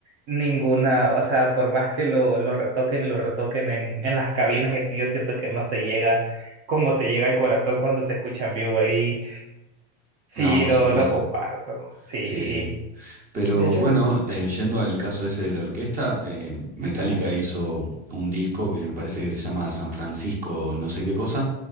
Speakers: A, on the right; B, on the right.
A: ninguna, o sea, por más que lo, lo retoquen y lo retoquen en, en las cabinas y así, yo siento que no se llega como te llega al corazón cuando se escucha en vivo y sí,
B: no, por
A: lo,
B: supuesto,
A: lo comparto, sí.
B: sí, sí. Pero
A: De hecho,
B: bueno, eh, yendo al caso ese de la orquesta, eh, Metallica
A: ujú,
B: hizo un disco que me parece que se llama San Francisco, no sé qué cosa,